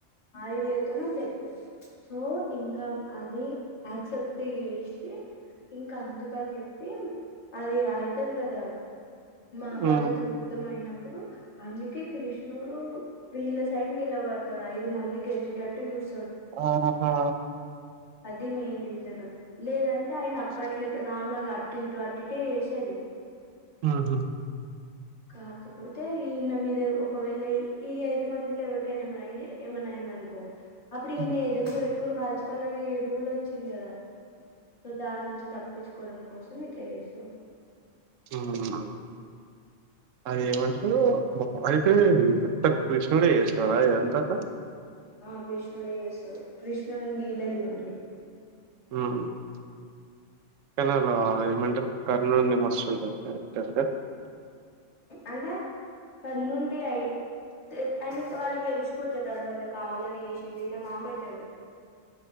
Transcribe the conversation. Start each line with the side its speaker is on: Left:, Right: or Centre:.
Left: ఐడియాతోో నాట్లప్ సో ఇంకా అది యాక్సెప్ట్ చేసి ఇంకా అందుకని చెప్పి అది అవుతుది కదా మహాభారత
Right: ఉమ్.
Left: ద్ధ అయిైనడు ఇప్పుడు అందుకే కృష్ణుడు వీళ్ళ సైడ్ నిలబడతాడు ఐదు మంది గెలిచేటట్టు చూస్త
Right: ఆహా
Left: అది మెయిన్ రీజన్ లేదంటే ఆయన అప్పట్లోక నార్మల్గా అటు ఇటు అటుటే వసేది
Right: ఆహా
Left: కాకపోతే అయితే ఈ ఇన్న మీద ఒకవేళ ఈ ఐదు మందిలో ఎవరికైనా ఏమై ఏమనా అయింద అనుకో అప్పుడన్న
Right: ఉమ్.
Left: ఎదుమే ఇప్పుని కాల్చుకోవాలని రూల్ వచ్చింది కదా సో దాని నుంచి తప్పించుకోవడం కోసం ఇట్లా చేస్తాడు
Right: ఆహా అది ఏమంటారు అయితే మొత్తం కృష్ణుడే చేసింనాడా ఇదంతా
Left: ఆ కృష్ణుడే చేస్తాడు కృష్ణ లీలలు ఇవన్నీ
Right: హమ్ కనాలో ఏమంటారు కర్నుండి నీ మస్తుం టాంది కరెక్ట
Left: అంటే కన్నుండి అయి ఆయన వాళ్ళకి తే లిచిపోతా తర్వాత కావాలని వసిండు ఈయన మామ అవుతాడు